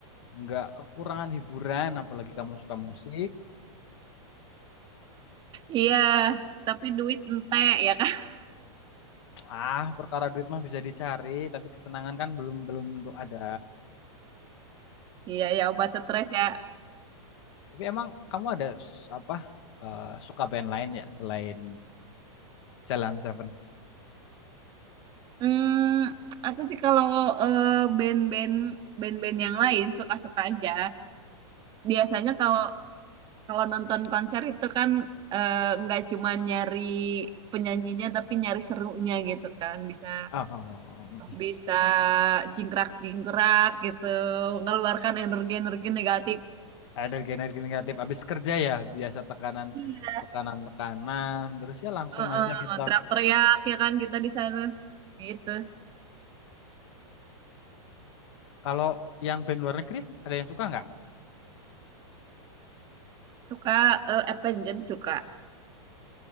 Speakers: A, on the left; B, on the right.
A: nggak kekurangan hiburan, apalagi kamu suka musik.
B: Iya, tapi duit ente ya kan. <laughs>
A: Ah, perkara duit mah bisa dicari, tapi kesenangan kan belum belum tentu ada.
B: Iya ya obat stres ya.
A: Tapi emang kamu ada s- apa eh, suka band lain ya selain Celan Seven?
B: Hmm, aku sih kalau eh, band-band band-band yang lain suka-suka aja. biasanya kalau kalau nonton konser itu kan eh, nggak cuma nyari penyanyinya tapi nyari serunya gitu kan bisa
A: Oh,
B: bisa jingkrak-jingkrak gitu mengeluarkan energi-energi negatif
A: ada energi negatif. Abis kerja ya biasa tekanan
B: Iya.
A: tekanan tekanan. Terus ya langsung
B: Heeh,
A: aja kita.
B: teriak-teriak ya kan kita di sana gitu
A: Kalau yang band luar negeri ada yang suka nggak?
B: suka eh, Avenged suka